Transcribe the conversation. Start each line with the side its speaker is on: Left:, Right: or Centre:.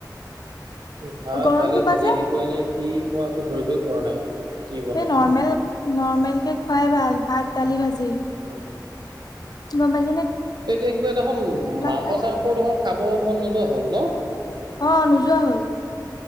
Right: ভাত,
Left: গৰমটো
Right: দালি,
Left: পা
Right: ভাজি
Left: যে
Right: এনেকুৱা এনে কি মই একো ধৰিবই পৰা নাই। কি বনাইছে?
Left: এই নৰ্মেল নৰ্মেলকে খুৱাই ভাল। ভাত, দালি, ভাজি
Right: উম।
Left: গম পাই
Right: তই কিয় কিবা দেখোন মাংস
Left: খাই
Right: চাংস দেখোন খাব মন নোযোৱা হ'ল ন'?
Left: অ' নোযোৱা হ'ল।